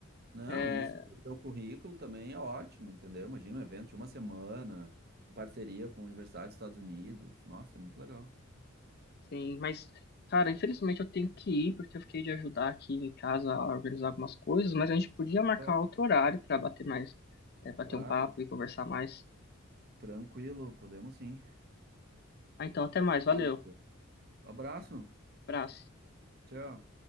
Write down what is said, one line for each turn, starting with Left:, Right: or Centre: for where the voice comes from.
Right: Não,
Left: É,
Right: isso pro teu currículo também é ótimo, entendeu? Imagina um evento de uma semana, em parceria com a Universidade dos Estados Unidos. Nossa, é muito legal.
Left: Sim, mas, cara, infelizmente eu tenho que ir, porque eu fiquei de ajudar aqui em casa a organizar algumas coisas, mas a gente podia marcar
Right: Tá.
Left: outro horário para bater mais, é, bater
Right: Claro,
Left: um papo e conversar mais.
Right: tranquilo, podemos sim.
Left: Ah, então, até
Right: Então,
Left: mais, valeu,
Right: tá, Matheus. abraço.
Left: abraço.
Right: Tchau.